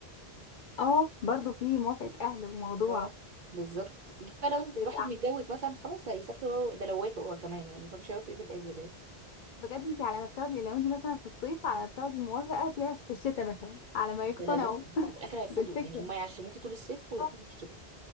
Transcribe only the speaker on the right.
اه بالظبط ليه بقى لو إنت-
الواحد متجوز مثلا خلاص هيسافر هو ده لو وافق هو كمان يعني فمش هيوافق في الاخر يعني
ده لو وافق
في الاخر هيرفضوا
يعني هما يعش ممكن طول الصيف ويرفضوا
في الشتاء